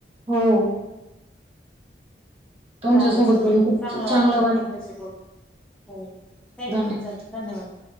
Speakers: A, on the right; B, in the centre.
A: हो. तुमच्या
B: चालेल
A: सोबत
B: चला
A: बोलून खूप
B: चांगला
A: च- चांगलं
B: वाटलं तुमच्याशी बोलून. हो थँक्यू
A: धन्यवाद.
B: चल धन्यवाद.